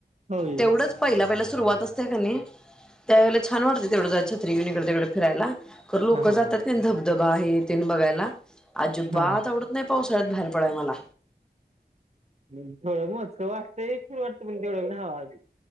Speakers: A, on the right (about 40°); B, in the centre.
A: होय
B: तेवढंच पहिला पहिला सुरवातच का नाही त्यावेळेला छान वाटतं तेवढं छत्री घेऊन इकडे तिकडे फिरायला खर लोक
A: हा हा
B: जातात
A: हा
B: कनी धबधबा हे तेन बघायला अजिबात
A: हा
B: आवडत नाही पावसाळ्यात बाहेर पडाय मला
A: थोडं मोजक वाटतय पण तेवढं पण नाही बाबा